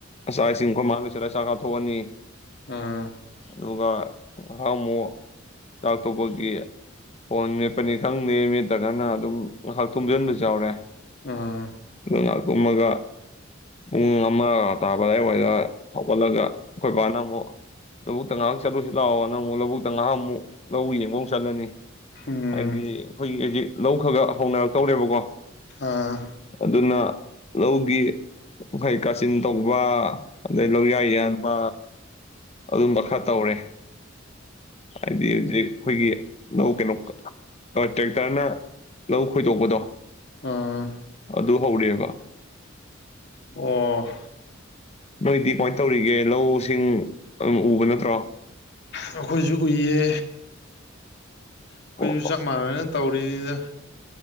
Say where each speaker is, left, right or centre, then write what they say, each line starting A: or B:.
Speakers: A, on the left (about 35°); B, on the left (about 60°).
A: ꯆꯥꯛ ꯏꯁꯤꯡ ꯑꯩꯈꯣꯏ ꯃꯥ ꯂꯣꯏꯁꯜꯂ ꯆꯥꯛ ꯆꯥꯊꯣꯛꯑꯅꯤ
B: ꯑꯥ
A: ꯑꯗꯨꯒ ꯉꯥꯏꯍꯥꯛ ꯑꯃꯨꯛ ꯆꯥꯛ ꯊꯣꯛꯄꯒꯤ ꯐꯣꯟ ꯃꯦꯠꯄꯅꯤ ꯈꯪꯗꯦ ꯃꯦꯠꯇ꯭ꯔꯀꯅ ꯑꯗꯨꯝ ꯉꯥꯏꯍꯥꯛ ꯇꯨꯝꯁꯤꯟꯕꯁꯨ ꯌꯥꯎꯔꯦ
B: ꯑꯥ
A: <unintelligible> ꯇꯨꯝꯃꯒ ꯄꯨꯡ ꯑꯃ ꯇꯥꯕ ꯑꯗꯥꯏꯋꯥꯏꯗ ꯍꯧꯒꯠꯂꯒ ꯑꯩꯈꯣꯏ ꯕꯥꯅ ꯑꯃꯨꯛ ꯂꯧꯕꯨꯛꯇ ꯉꯥꯏꯍꯛ ꯆꯠꯂꯨꯁꯤ ꯂꯥꯛꯑꯣꯅ ꯑꯃꯨꯛ ꯂꯧꯕꯨꯛꯇ ꯉꯥꯏꯍꯥꯛ ꯑꯃꯨꯛ ꯂꯧ ꯌꯦꯡꯕ ꯑꯃꯨꯛ ꯆꯠꯂꯅꯤ
B: ꯎꯝ
A: ꯍꯥꯏꯗꯤ ꯑꯩꯈꯣꯏꯒꯤ ꯍꯧꯖꯤꯛ ꯂꯧ ꯈꯔꯒ ꯍꯧꯅꯔꯛꯇꯧꯔꯦꯕꯀꯣ
B: ꯑꯥ
A: ꯑꯗꯨꯅ ꯂꯧꯒꯤ ꯍꯥꯏ ꯀꯥꯆꯤꯟ ꯇꯧꯕ ꯑꯗꯩ ꯂꯧꯔꯤꯌꯥ ꯌꯥꯟꯕ ꯑꯗꯨꯝꯕ ꯈꯔ ꯇꯧꯔꯦ ꯍꯥꯏꯗꯤ ꯍꯧꯖꯤꯛ ꯑꯩꯈꯣꯏꯒꯤ ꯂꯧ ꯀꯩꯅꯣ ꯇ꯭ꯔꯦꯛꯇꯔꯅ ꯂꯧ ꯈꯣꯏꯗꯣꯛꯄꯗꯣ
B: ꯑꯥ
A: ꯑꯗꯨ ꯍꯧꯔꯦꯕ
B: ꯑꯣ
A: ꯅꯣꯏꯗꯤ ꯀꯃꯥꯏꯅ ꯇꯧꯔꯤꯒꯦ ꯂꯧꯁꯤꯡ ꯑꯗꯨ ꯎꯕ ꯅꯠꯇ꯭ꯔꯣ
B: ꯑꯩꯈꯣꯏꯁꯨ ꯎꯏꯌꯦ ꯑꯩꯈꯣꯏꯁꯨ
A: ꯑꯣ
B: ꯆꯞ
A: ꯑꯣ
B: ꯃꯥꯟꯅꯅ ꯇꯧ ꯀꯨꯏꯔꯦꯗ